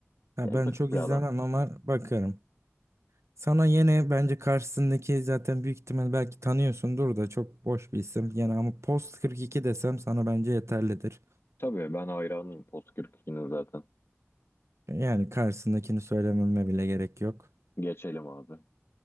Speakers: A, on the right; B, on the left.
A: Ha,
B: Empatik
A: ben çok
B: bir
A: izlemem
B: adam.
A: ama bakarım. Sana yine bence karşısındaki zaten büyük ihtimal belki tanıyorsundur da çok boş bir isim. Yani ama Post 42 desem sana bence yeterlidir.
B: Tabii ben hayranıyım Post 42'nin zaten.
A: Yani karşısındakini söylememe bile gerek yok.
B: Geçelim abi.